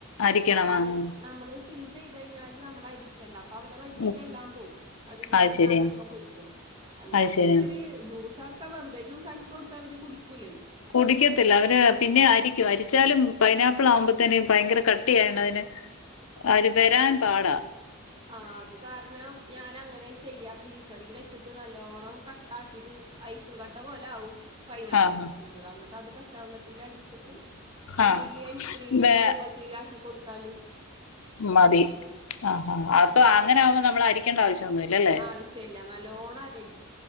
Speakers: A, on the left; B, on the right.
A: അരിക്കണം
B: ആര്
A: ആഹ്
B: നമ്മള് ഫ്രീസ് ചെയ്- കഴിഞ്ഞാല് നമ്മളരിക്കണ്ട അപ്പ അവരെ വൈറ്റിക്ക്
A: ആഹ്
B: എല്ലാം പോവും അതിന്റെ
A: അത് ശരിയാ
B: ഞാരും ഒക്കെപൊയ്ക്കോളും അല്ലെങ്കിൽ
A: അത് ശരിയാ
B: ജൂസ വെറുതെ ജൂസാക്കി കൊടുത്ത അവർ കുടിക്കൂലല്ലോ
A: കുടിക്കത്തില്ല അവര് പിന്നെ അരിക്കും അരിച്ചാലും പൈനാപ്പിൾ ആവുമ്പത്തേന് ഭയങ്കര കടു- തി <unintelligible> ന് അവര് വരാൻ പാട
B: ആ അത് കാരണം ഞാൻ അങ്ങനെ ചെയ്യാ ഫ്രീസറിൽ വെച്ചിട്ട് നല്ലോണം ക- ഉണ്ടാക്കിട്ട് ഐസും കട്ട പോലെ ആകും പൈനാപ്പിൾ
A: ആഹ്
B: കഷ്ണങ്ങൾ വന്നിട്ട് അത് പച്ചവെള്ളത്തിൽ അടിച്ചിട്ട്
A: ആഹ്
B: ഈ ഐസ്ക്രീമിന്റെ
A: വേ
B: രൂപത്തിലാക്കി കൊടുത്ത് തല്-
A: മതി ആഹഹ ആ അപ്പ അങ്ങന ആുമ്പോ നമ്മളരിക്കണ്ട ആവിശ്യം ഒന്നുല്ലല്ലേ
B: ആവശ്യമില്ല നല്ലോണം അരയും